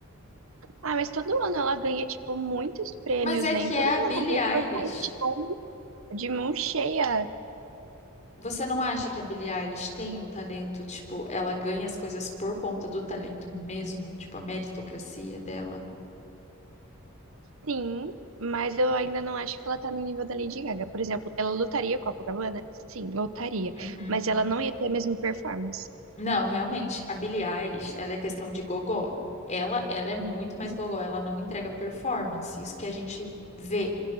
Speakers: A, on the right (about 65°); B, on the left (about 35°).
A: Ah, mas todo ano ela ganha, tipo, muitos prêmios,
B: Mas é
A: né?
B: que
A: Em
B: é
A: tudo
B: a
A: que
B: Billie
A: ela compete,
B: Eilish.
A: ela sai tipo, de mão cheia.
B: Você não acha que a Billie Eilish tem o talento? Tipo, ela ganha as coisas por conta do talento mesmo? Tipo, a meritocracia dela?
A: Sim, mas eu ainda não acho que ela tá no nível da Lady Gaga. Por exemplo, ela lutaria com a Copacabana? Sim, lutaria.
B: Uhum.
A: Mas ela não ia ter a mesma performance.
B: Não, realmente, a Billie Eilish, ela é questão de gogó. Ela, ela é muito mais gogó, ela não entrega performance, isso que a gente vê.